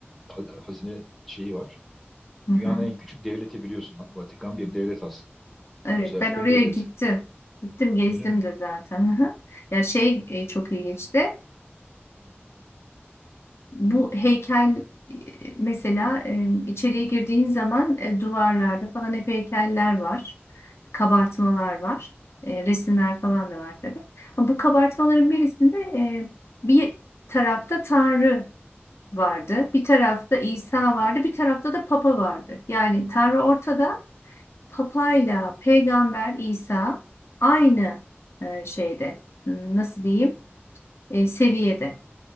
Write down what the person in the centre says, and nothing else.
Ha- Hazine şeyi var.
Dünyanın en küçük devleti biliyorsun. Vatikan bir devlet aslında.
Özerk
bir devlet.
Öyle mi?